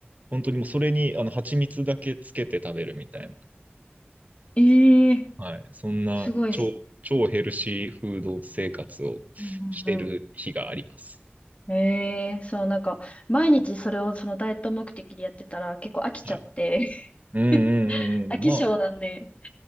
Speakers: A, on the right; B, on the left.
A: 本当にもうそれに、あの、蜂蜜だけつけて食べるみたいな。
B: ええー
A: はい。そんな超、
B: すごいですね。
A: 超ヘルシーフード生活をしてる日があります。
B: うんうんうん。ええそう、なんか、毎日それをそのダイエット目的でやってたら結構飽きちゃって、
A: はい。うんうんうんうん。
B: <laughs> 飽き性なんで、
A: まあ、